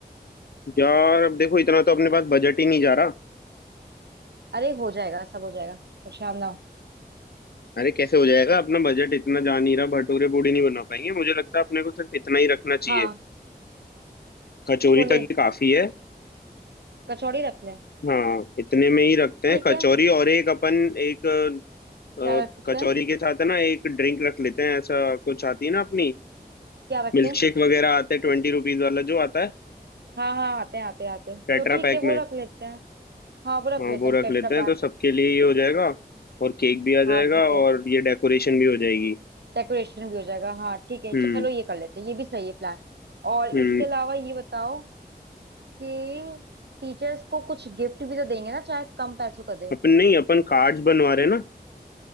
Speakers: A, on the left; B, on the right.
A: यार अब देखो इतना तो अपने पास बजट ही नहीं जा रहा
B: अरे हो जाएगा सब हो जाएगा परेशान ना हो।
A: अरे कैसे हो जाएगा अपना बजट इतना जा नहीं रहा भटूरे पूड़ी नहीं बना पाएंगे मुझे लगता है अपने को सिर्फ इतना ही रखना चाहिए
B: हाँ
A: कचौरी
B: छोले
A: तक ही काफी है
B: कचौड़ी रख लें
A: हाँ इतने में ही रखते
B: ठीक
A: हैं कचौरी
B: है
A: और एक अपन एक अ,
B: क्या रख सकते
A: कचौरी
B: हैं
A: के साथ है ना एक ड्रिंक रख लेते हैं ऐसा कुछ आती है ना अपनी
B: क्या रखें
A: मिल्क शेक वगैरह आते हैं ट्वेंटी रुपीज वाला जो आता है
B: हाँ हाँ आते हैं आते हैं आते हैं
A: टेट्रा
B: तो ठीक
A: पैक
B: है वो
A: में
B: रख लेते हैं हाँ वो रख
A: हाँ
B: लेते
A: वो
B: हैं
A: रख
B: टेट्रा
A: लेते हैं
B: पैक
A: तो सबके लिए ये हो जाएगा और केक भी आ जाएगा
B: हाँ ठीक
A: और
B: है
A: ये डेकोरेशन भी हो जाएगी
B: डेकोरेशन भी हो जाएगा हाँ ठीक है
A: हम्म
B: चलो ये कर लेते हैं ये भी सही है प्लान और
A: हम्म
B: इसके अलावा ये बताओ कि टीचर्स को कुछ गिफ्ट भी तो देंगे ना चाहे कम पैसों का दें
A: अपन नहीं अपन कार्ड्स बनवा रहे हैं ना